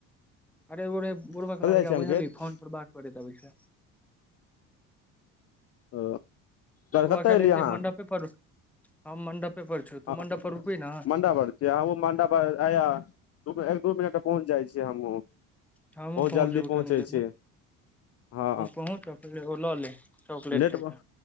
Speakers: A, in the centre; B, on the left.
A: अरे ओे बुड़बक
B: कतऽ
A: लड़का
B: जाइ छियै अंकित
A: बुझल्हि फोन पर बात करति अबै छै
B: ओ
A: तू
B: कतऽ
A: एखन
B: एलियै
A: एतै
B: अहाँ
A: मंडपे पड़ हँ मंडप
B: हँ
A: पर रुकबी ने
B: म्डा बड़ तब कहुं मंडप पर आया रुकु एक दू मिनट पहुँच जाइ छी हमहूं
A: हमहुँ
B: बहुत
A: पहुँच
B: जल्दी
A: जेबौ
B: पहुँचै
A: कनी देर
B: छी
A: मे
B: हँ
A: तू पहुँच आ पहिले ओ लऽ ले चॉकलेट
B: नेटव
A: चारिटा